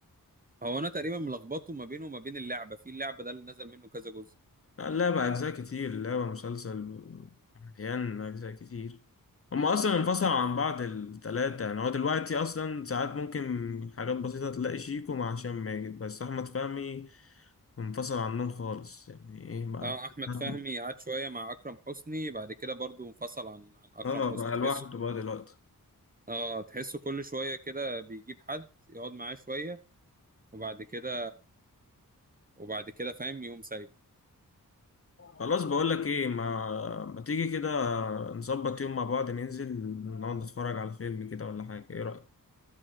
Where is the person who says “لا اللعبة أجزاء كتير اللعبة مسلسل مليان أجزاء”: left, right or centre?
Left